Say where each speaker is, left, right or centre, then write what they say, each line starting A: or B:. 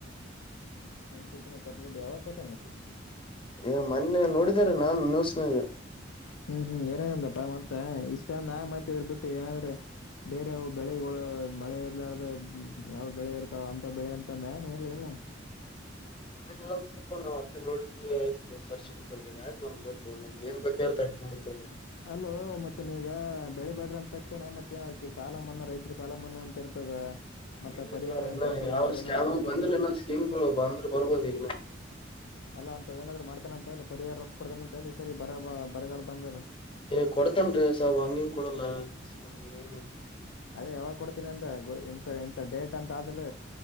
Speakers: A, on the left (about 85°); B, on the left (about 25°).
A: ಸುಚನೆ ಕಟಬಡಿಯ ಯವ ಕೊಟ್ಟಾನ
B: ಏ ಮೊನ್ನೆ ನೋಡಿದಾರ ನಾನ್ ನ್ಯಸ್ನಾಗ
A: ಹ್ಮ್ ಹ್ಮ್ ಏನೇನಂದಪ್ಪಾ ಮತ್ತ ಇಷ್ಟ ಅಂದ ಮತ್ತ ಇದ್ರ ಬಿಟ್ಟು ಏನಾದ್ರರು ಬೇರೆವು
B: ಏನೇನು
A: ಬೆಳೆಗಳು
B: ಹೇಳತಿದ್ದ
A: ಮಳೆ
B: ಆದ್ರೆ
A: ಇರ್ಲಾರ್ದ ಹ್ಮ್ ಯಾವ ಬೆಳೆ ಇರ್ತಾವ ಅಂತ ಬೆಳೆ ಅಂತಂದ ಏನ ಎಲ್ಲ ಇಲ್ಲ
B: ಏನೇನ್ ಹೇಳೋಗತ್ತಪ್ಪಾ ನಾವ್ ಅಟ್ಟಿ ನೋಡಿದ್ವಿಯತು ಸರ್ಚ್ ಬಿಟ್ಟು ಗಡೆ ಯಾಕೆ ನಮ್ಬೇಕು ನಮ್ಗೆ ನ್ ಬೇಕ್ರ ತಟ್ಟ ನೋಡ್ತೇವು
A: ಅಲೋ ಮತ್ತೆನ ಈಗ ಬೆಳೆ ಬಾಟ್ ಬಂದ ತಕ್ಷಣ ಮತ್ತೇಏನ ಅದಕ್ ಸಾಲ ಮನ್ನಾ ರೈತರು ಸಾಲ ಮನ್ನಾ ಅಂತ ಇರ್ತದ ಮತ್ತ
B: ಇಲ್ಲ
A: ಪರಿಹಾರ
B: ನ ಇನ್ನ
A: ಅಂತ ಇರ್ತದ
B: ಯಾವ್
A: ಅವೇನಾದ್ರು
B: ಸ್ಕ್ಯಾಮ
A: ಕೊಡ್ತೀನಿ
B: ಬಂದಿಲ್ಲ
A: ಅನ್ನ
B: ಇನ್ನಾದ್ ಸ್ಕೀಮ್ಗಳು ಬಂದ್ರ ಬರ್ಬಹದ ಈಗನ
A: ಅಲ್ಲಾ ಅಂತ ಏನಾದ್ರು ಮಾಡ್ತಾನ ಅಂತ ಎಲ್ಲ ಪರಿಹಾರ ರೊಕ್ಕ ಕೊಡ್ತಾನ ಅಂತ ಹೇಳ ಸರಿ ಬರ ಬರಗಾಲ ಬಂದ
B: ಏ ಕೊಡ್ತನ್ ಸಾಬ ಹಂಗಿಂಗ ಕೊಡಲ್ಲ ಏ
A: ಅದೇ ಯಾವಾಗ ಕೊಡ್ತೀನಿ ಅಂದ ಗ ಇಂತ ಎಂಂತ ಡೇಟ್ ಅಂತ ಆದಲ್